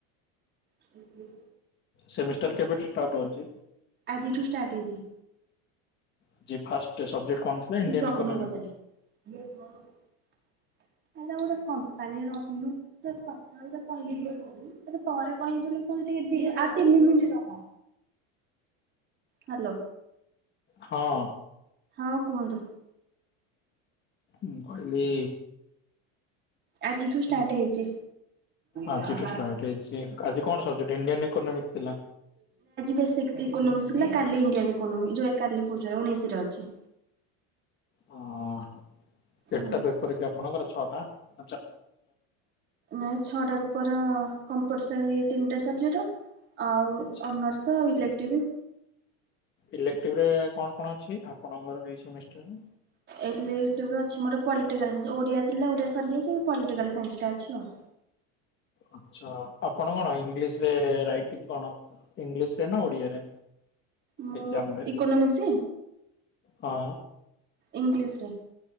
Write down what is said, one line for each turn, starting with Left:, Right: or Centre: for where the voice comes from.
Right: ହୁଁ ହୁଁ।
Left: ସେମିଷ୍ଟାର କେବେଠୁ ଷ୍ଟାର୍ଟ ହଉଛି?
Right: ଆଜିଠୁ ଷ୍ଟାର୍ଟ ହେଇଛି।
Left: ଆଜି ଫାଷ୍ଟ ସବଜେକ୍ଟ କଣ ଥିଲା ଇଣ୍ଡିଆନ୍
Right: ଜଗନ
Left: ଇକୋନୋମି
Right: କୁ ପଚାରେ। ଏଇଟା ଗୋଟେ କମ୍ପାନୀର ଓନ ତୋ କଥା ଅବିକା କହିଲି ଇଲୋ ବୋଉ ଟିକେ ପରେ କହିବି ବୋଲି କୁହଛି ଟିକେ ଦି ଆଉ ତିନି ମିନିଟ୍ ରହ। ହ ହାଲୋ।
Left: ହଁ।
Right: ହଁ କୁହନ୍ତୁ?
Left: ମୁଁ କହିଲି
Right: ଆଜିଠୁ ଷ୍ଟାର୍ଟ ହେଇଛି।
Left: ଆଜିଠୁ
Right: ନାଁ
Left: ଷ୍ଟାର୍ଟ
Right: ଆଜି
Left: ହେଇଛି ଆଜି କଣ ସବଜେକ୍ଟ ଇଣ୍ଡିଆନ୍ ଇକୋନୋମିକ୍ ଥିଲା।
Right: ବେସିକ୍ ଇ ଇକୋନୋମିକ୍ସ ଥିଲା କାଲି ଇଣ୍ଡିଆନ୍ ଇକୋନମି ଯୋଉ କାଲି କହୁଛି ନା ଉଣେଇଶିରେ ଅଛି।
Left: ହଁ କେତେଟା
Right: ହୁଁ
Left: ପେପର୍ କି ଆପଣଙ୍କର ଛଅଟା ନା ଚା
Right: ନାଇଁ ଛଅଟା ପେପର୍ କମ୍ପଲ୍ସରୀ ତିନିଟା ସବ୍ଜେକଟ୍ ଆଉ
Left: ଆଚ୍ଛା।
Right: ଆଉ ନର୍ସା ଆଉ ଇଲେକ୍ଟିଭ୍।
Left: ଇଲେକ୍ଟିଭ୍ ରେ କଣ କଣ ଅଛି ଆପଣଙ୍କର ଏଇ ସବୁ ମିଷ୍ଟେକ୍?
Right: ଇଲେକ୍ଟିଭ୍ ରେ ଅଛି ମୋର ପଲଟିକାଲ୍ ସାଇନ୍ସ୍ ଓଡିଆ ଥିଲା ଓଡ଼ିଆ ସରିଯାଇଛି ଏବେ ପଲଟିକାଲ୍ ସାଇନ୍ସ୍ ଟା ଅଛି ଆଉ।
Left: ଆଛା ଆପଣ କଣ ଇଂଲିଶରେ ରାଇଟିଙ୍ଗ୍ କଣ ଇଂଲିଶରେ ନା ଓଡିଆରେ?
Right: ମୁଁ
Left: ଏକ୍ଜାମ ରେ?
Right: ଇକୋନୋମିକ୍ସ
Left: ହଁ।
Right: ଇଂଲିଶ ରେ।